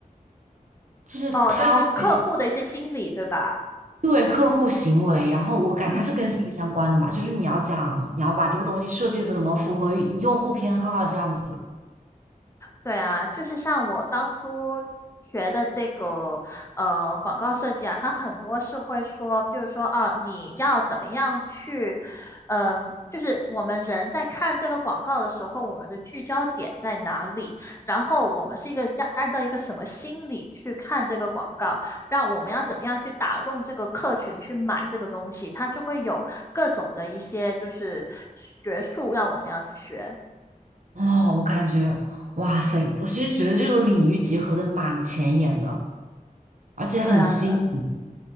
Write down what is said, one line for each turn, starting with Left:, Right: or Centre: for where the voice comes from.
Right: 就是他会
Left: 哦，就是客户的一些心理，对吧？
Right: 对客户行为，然后我感觉它是跟心理相关的嘛，
Left: 嗯。
Right: 就是你要讲你要把这个东西设计怎么符合用户偏好啊这样子。
Left: 对啊，就是像我当初学的这个呃广告设计啊，它很多是会说，比如说啊，你要怎么样去，嗯、就是我们人在看这个广告的时候，我们的聚焦点在哪里，然后我们是一个要按照一个什么心理去看这个广告，让我们要怎么样去打动这个客群去买这个东西，它就会有各种的一些就是学术让我们要去学。
Right: 哦，我感觉哇塞，我其实觉得这个领域结合的蛮前沿的。而且很新颖。
Left: 对啊，对啊